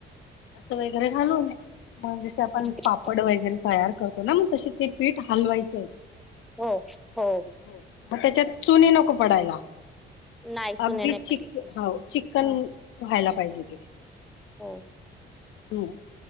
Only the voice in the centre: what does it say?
हो
हो हो
नाही चुने
नाही
पडले पाहिजे.
ह
हो.